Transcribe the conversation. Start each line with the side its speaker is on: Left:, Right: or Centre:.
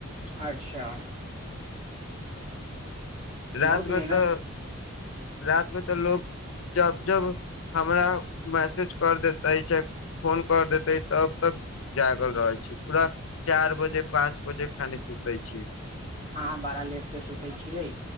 Right: अच्छा बहुत
Left: रातमे
Right: मेहनत
Left: तऽ रात मे तऽ लोग जब जब हमरा मैसेज कर देत तय फोन कर देते तब तक जागल रहल छी पूरा चार बजे पाँच बजे खाली सुतै छी।
Right: अहाँ बड़ा लेट से सुतै छियै